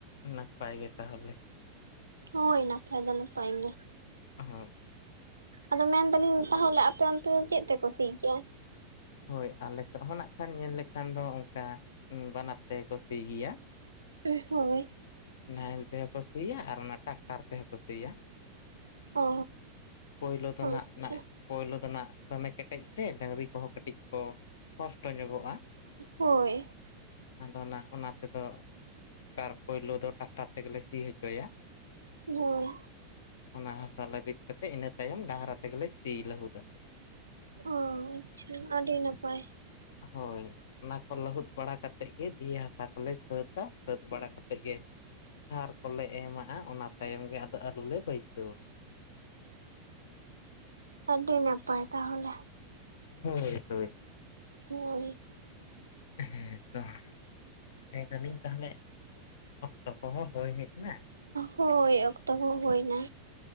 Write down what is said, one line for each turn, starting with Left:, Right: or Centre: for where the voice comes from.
Left: ᱱᱟᱯᱟᱭ ᱜᱮ ᱛᱟᱦᱚᱞᱮ,
Right: ᱦᱳᱭ ᱱᱟᱯᱟᱭ ᱫᱚ ᱱᱟᱯᱟᱭ ᱜᱮ᱾
Left: <unintelligible>
Right: ᱟᱫᱚ ᱢᱮᱱᱫᱟᱞᱤᱧ ᱛᱟᱦᱚᱞᱮ ᱟᱯᱮ ᱚᱱᱛᱮ ᱫᱚ ᱪᱮᱫ ᱛᱮᱠᱚ ᱥᱤ ᱜᱮᱭᱟ?
Left: ᱦᱳᱭ ᱟᱞᱮᱥᱮᱜ ᱦᱚᱸ ᱱᱟᱜ ᱠᱷᱟᱱ ᱧᱮᱞ ᱞᱮᱠᱷᱟᱱ ᱫᱚ ᱚᱝᱠᱟ ᱵᱟᱱᱟᱨ ᱛᱮᱜᱮ ᱠᱚ ᱥᱤ ᱜᱮᱭᱟ᱾
Right: ᱮᱸ ᱦᱳᱭ
Left: ᱱᱟᱦᱮᱞ ᱛᱮᱦᱚᱸ ᱠᱚ ᱥᱤᱭᱟ ᱟᱨ ᱚᱱᱟ ᱴᱟᱠᱴᱟᱨ ᱛᱮᱦᱚᱸ ᱠᱚ ᱥᱤᱭᱟ᱾
Right: ᱚ
Left: ᱯᱳᱭᱞᱳ ᱫᱚ
Right: ᱟᱪᱪᱷᱟ
Left: ᱱᱟᱜᱼᱱᱟᱜ ᱯᱳᱭᱞᱳ ᱫᱚ ᱱᱟᱜ ᱫᱚᱢᱮ ᱠᱮᱴᱮᱡ ᱥᱮ ᱰᱟᱝᱨᱤ ᱠᱚᱦᱚᱸ ᱠᱟᱹᱴᱤᱜ ᱠᱚ ᱠᱚᱥᱴᱚ ᱧᱚᱜᱚᱜᱼᱟ᱾
Right: ᱦᱳᱭ
Left: ᱟᱫᱚ ᱱᱟᱜ ᱚᱱᱟ ᱛᱮᱫᱚ ᱛᱟᱨ ᱯᱩᱭᱞᱳ ᱫᱚ ᱴᱟᱠᱴᱟᱨ ᱛᱮᱜᱮ ᱥᱤ ᱦᱚᱪᱚᱭᱟ᱾
Right: ᱦᱳᱭ,
Left: ᱚᱱᱟ ᱦᱟᱥᱟ ᱞᱟᱹᱵᱤᱫ ᱠᱟᱛᱮᱜ ᱤᱱᱟᱹ ᱛᱟᱭᱚᱢ ᱰᱟᱝᱨᱟ ᱛᱮᱜᱮᱞᱮ ᱥᱤ ᱞᱟᱹᱦᱩᱫᱟ᱾
Right: ᱚᱻ ᱟᱪᱪᱷᱟ ᱟᱹᱰᱤ ᱱᱟᱯᱟᱭ,
Left: ᱦᱳᱭ ᱚᱱᱟᱠᱚ ᱞᱟᱹᱦᱩᱫ ᱵᱟᱲᱟ ᱠᱟᱛᱮᱜ ᱜᱮ ᱫᱤᱭᱮ ᱦᱟᱥᱟ ᱠᱚᱞᱮ ᱥᱟᱹᱛ ᱛᱟ ᱥᱟᱹᱛ ᱵᱟᱲᱟ ᱠᱟᱛᱮᱜ ᱜᱮ ᱥᱟᱨ ᱠᱚᱞᱮ ᱮᱢ ᱟᱜᱼᱟ ᱚᱱᱟ ᱛᱟᱭᱚᱢ ᱜᱮ ᱟᱫᱚ ᱟᱹᱞᱩ ᱞᱮ ᱵᱟᱹᱭᱥᱟᱹᱣᱟ᱾
Right: ᱚᱻᱟᱹᱰᱤ ᱱᱟᱯᱟᱭ ᱛᱟᱦᱚᱞᱮ
Left: ᱦᱳᱭ ᱦᱳᱭ᱾
Right: ᱦᱳᱭ,
Left: ᱦᱮᱸ ᱛᱚ ᱞᱮᱭᱫᱟᱹᱤᱧ ᱛᱟᱦᱚᱞᱮ ᱚᱠᱛᱚ ᱠᱚᱦᱚᱸ ᱦᱳᱭ ᱦᱮᱜ ᱱᱟ
Right: ᱦᱳᱭ ᱚᱠᱛᱚ ᱠᱚᱦᱚᱸ ᱦᱩᱭᱱᱟ᱾